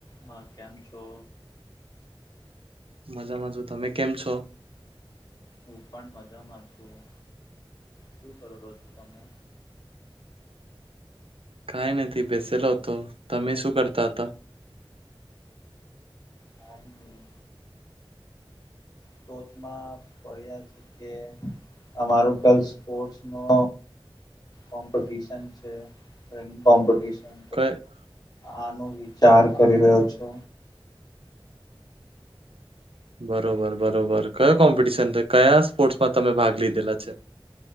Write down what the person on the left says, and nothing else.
માં, કેમ છો?
હું પણ મજામાં છું. શું કરો રહો છો તમે?
કાંઈ નહી. ટોચમાં પડ્યા <unintelligible> અમારું કલ સ્પોર્ટ્સનો કોમ્પિટિશન છે રનિંગ કોમ્પિટીશન
આનો વિચાર કરી રહ્યો છો